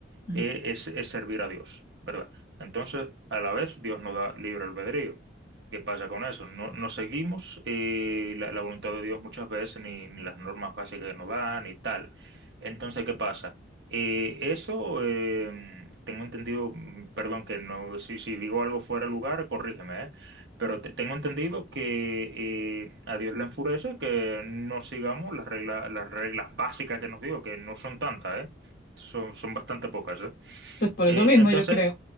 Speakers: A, on the left; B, on the right.
A: Ujú.
B: eh, es, es servir a Dios, ¿verdad? Entonces, a la vez, Dios nos da libre albedrío. ¿Qué pasa con eso? No, no seguimos eh, la, la voluntad de Dios muchas veces, ni, ni las normas básicas que nos dan, ni tal. Entonces, ¿qué pasa? Eh, eso, eh, tengo entendido, mm, perdón, que no, si, si digo algo fuera de lugar, corrígeme, ¿eh? Pero te- tengo entendido que eh, a Dios le enfurece que no sigamos las reglas, las reglas básicas que nos dio, que no son tantas, ¿eh? Son, son bastante pocas, ¿eh?
A: Pues por
B: Eh,
A: eso mismo
B: entonces,
A: yo creo.